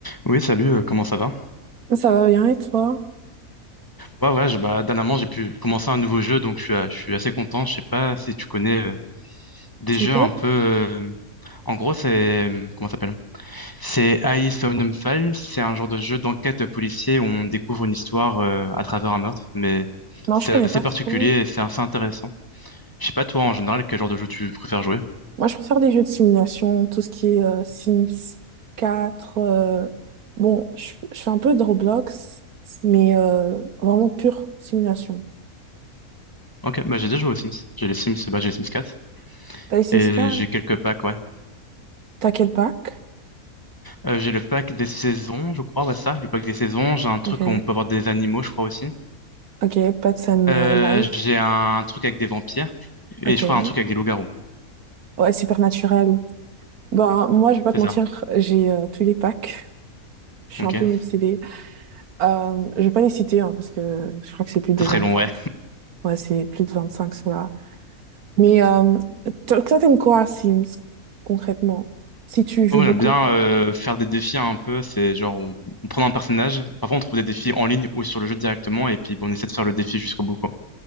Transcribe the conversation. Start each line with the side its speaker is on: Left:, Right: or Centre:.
Left: Oui, salut, euh, comment ça va?
Right: Ça va bien et toi?
Left: Ouais, ouais, je- bah, dernièrement, j'ai pu commencer un nouveau jeu, donc je suis, euh, je suis assez content. Je sais pas si tu connais euh, des
Right: C'est
Left: jeux
Right: lequel?
Left: un peu. euh, en gros, c'est. euh, Comment ça s'appelle? C'est AI Somnambules. C'est un genre de jeu d'enquête policier où on découvre une histoire euh, à travers un meurtre, mais
Right: Non,
Left: c'est
Right: je connais
Left: assez
Right: pas
Left: particulier
Right: trop.
Left: et c'est assez intéressant. Je sais pas, toi, en général, quel genre de jeu tu préfères jouer?
Right: Moi, je préfère des jeux de simulation, tout ce qui est euh, Sims quatre euh, Bon, je, je fais un peu de Roblox, mais euh, vraiment pure simulation.
Left: Ok, bah, j'ai déjà joué aux Sims. J'ai les Sims, bah, j'ai les Sims 4
Right: T'as les Sims
Left: et
Right: quatre
Left: j'ai quelques packs, ouais.
Right: T'as quel pack?
Left: Euh, j'ai le pack des saisons, je crois, ouais, c'est ça, le pack des saisons. J'ai un truc
Right: Ok.
Left: où on peut avoir des animaux, je crois aussi.
Right: Ok, Pets and
Left: Euh,
Right: euh, Life.
Left: j'ai un truc avec des vampires et
Right: Ok.
Left: je crois un truc avec des loups-garous.
Right: Ouais, Supernaturel. Bah, moi, je vais pas
Left: C'est
Right: te mentir,
Left: ça.
Right: j'ai euh, tous les packs. <laughs> Je suis
Left: Ok.
Right: un peu une obsédée. Euh, je vais pas les citer, hein, parce que je crois que c'est plus de
Left: C'est
Right: vingt
Left: très long,
Right: cinq
Left: ouais.
Right: Ouais, c'est plus de 25, ceux-là. Mais euh, toi, toi, t'aimes quoi à Sims, concrètement? Si tu joues
Left: Bon, moi,
Right: beaucoup.
Left: j'aime bien euh, faire des défis hein, un peu. C'est genre, on, on prend un personnage. Parfois, on trouve des défis en ligne ou sur le jeu directement et puis bon, on essaie de faire le défi jusqu'au bout, quoi.